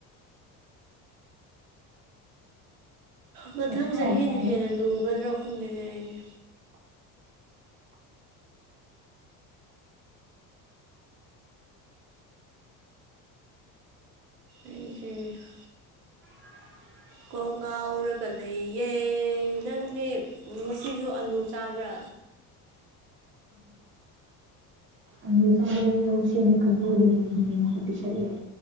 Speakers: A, on the right; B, on the right.
A: ꯃꯊꯪ
B: ꯃꯊꯥ
A: ꯆꯍꯤꯅ
B: ꯌꯥꯝ ꯁꯥꯏꯗ
A: ꯍꯦꯟꯅ ꯂꯨꯒꯗ꯭ꯔꯥ ꯍꯨꯝꯗꯅꯦ ꯑꯩꯒꯤ ꯑꯩꯁꯦ
B: <unintelligible>
A: ꯀꯣꯛ ꯉꯥꯎꯔꯒ ꯂꯩꯌꯦꯦ ꯅꯪꯅꯦ ꯉꯁꯤꯁꯨ ꯑꯂꯨ ꯆꯥꯕ꯭ꯔꯥ
B: ꯎꯝ ꯑ ꯁꯤꯗꯤ ꯈꯕꯨꯔꯤ ꯍꯥꯏ ꯄ